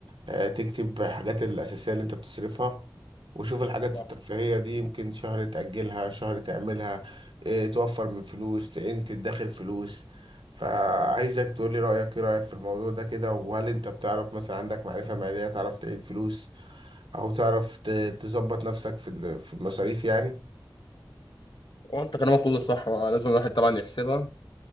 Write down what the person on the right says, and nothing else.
آه، تكتب حاجات الأساسية اللي أنت بتصرفها وشوف الحاجات
الترفيهية دي يمكن شهر تأجلها شهر تعملها آه، توفر من فلوس تعين تدخر فلوس فعايزك تقولي رأيك إيه رأيك في الموضوع ده كده وهل أنت بتعرف مثلا عندك معرفة مالية تعرف تعين فلوس أو تعرف ت- تظبط نفسك في ال- في المصاريف يعني